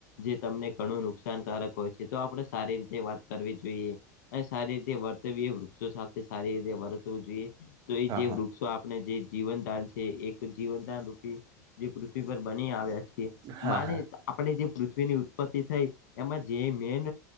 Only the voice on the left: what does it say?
જે તમને ઘણું નુકસાનકારક હોય છે, તો આપણે સારી રીતે વાત કરવી જોઈએ અને સારી રીતે વર્તવીએ વૃક્ષો સાથે સારી રીતે વર્તવું જોઈએ, તો એ
જે
વૃક્ષો આપણે જે જીવનદાન છે, એક જીવનદાન રૂપી જે પૃથ્વી પર બની આવ્યા છે,
મારે
આપણી જે પૃથ્વીની ઉત્પત્તિ થઈ એમાં જે મેન